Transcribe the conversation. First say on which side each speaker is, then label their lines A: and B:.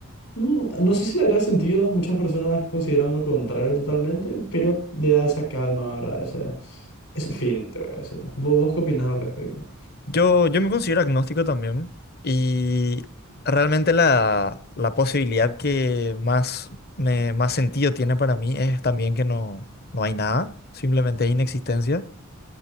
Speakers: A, on the left (about 75°); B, on the left (about 45°).
A: Mm, No sé si le haría sentido, muchas personas consideran lo contrario totalmente, pero le da esa calma, ¿verdad? Ese, ese fin, te voy a decir. ¿Vos, vos qué opinas al respecto?
B: Yo, yo me considero agnóstico también y realmente la, la posibilidad que más, me, más sentido tiene para mí es también que no, no hay nada, simplemente es inexistencia.